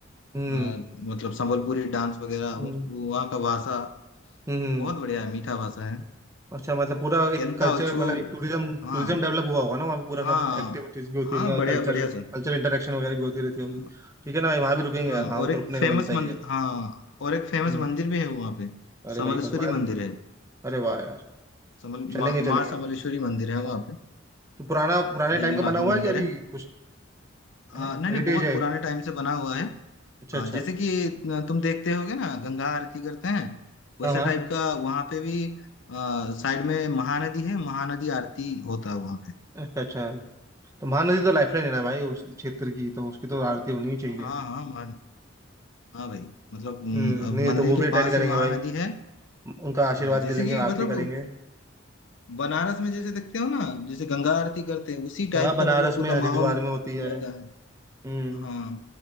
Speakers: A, on the left (about 65°); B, on the right (about 15°).
A: अ,
B: हम्म
A: मतलब संबलपुरी डांस वगैरह
B: हम्म
A: वहाँ का भाषा
B: हम्म।
A: बहुत बढ़िया है मीठा भाषा है
B: अच्छा मतलब पूरा एक
A: केंता
B: कल्चर
A: ओछू
B: मतलब एक टूरिज्म
A: हाँ
B: टूरिज्म डेवलप हुआ होगा ना वहाँ पे पूरा
A: हाँ
B: सब एक्टिविटीज भी होती
A: हाँ
B: होगी और
A: बढ़िया
B: कल्चर
A: बढ़िया सर
B: कल्चर इंटरेक्शन वगैरह भी होती रहती होगी
A: हाँ
B: ठीक है ना वहाँ भी रुकेंगे
A: हाँ,
B: यार वहाँ
A: और
B: पे तो
A: एक
B: रुकने
A: फेमस
B: का बनता
A: मंदिर
B: ही है
A: हाँ और एक फेमस
B: हम्म
A: मंदिर भी है वहाँ पे
B: अरे
A: समलेश्वरी
B: भाई भगवान
A: मंदिर है
B: अरे वाह यार
A: समल
B: चलेंगे
A: माँ माँ
B: चलेंगे
A: समलेश्वरी मंदिर है वहाँ पे
B: तो पुराना पुराने टाइम
A: देवी
B: का
A: माँ
B: बना
A: की
B: हुआ
A: मंदिर
B: है कि अभी
A: है
B: कुछ
A: हाँ,
B: हेरिटेज
A: नहीं नहीं बहुत
B: है
A: पुराने टाइम से बना हुआ है
B: अच्छा
A: हाँ
B: अच्छा
A: जैसे कि न, तुम देखते होगे ना गंगा आरती करते हैं वैसा
B: हाँ हाँ
A: टाइप का वहाँ पे भी आ, साइड में महानदी है महानदी आरती होता है वहाँ पे
B: अच्छा अच्छा तो महानदी तो लाइफलाइन है ना भाई उस क्षेत्र की तो उसकी तो आरती होनी ही चाहिए
A: हाँ हाँ महान हाँ भाई मतलब हम्म,
B: हम्म
A: अब
B: नहीं
A: मंदिर
B: तो वो
A: के
B: भी अटेंड
A: पास
B: करेंगे
A: ही महानदी
B: भाई
A: है
B: उनका आशीर्वाद
A: हाँ जैसे
B: ले लेंगे
A: कि
B: आरती
A: मतलब
B: करेंगे
A: बनारस में जैसे देखते हो ना जैसे गंगा आरती करते हैं उसी टाइप
B: हाँ बनारस
A: का मतलब पूरा
B: में हरिद्वार
A: माहौल
B: में होती है
A: रहता है
B: हम्म
A: हाँ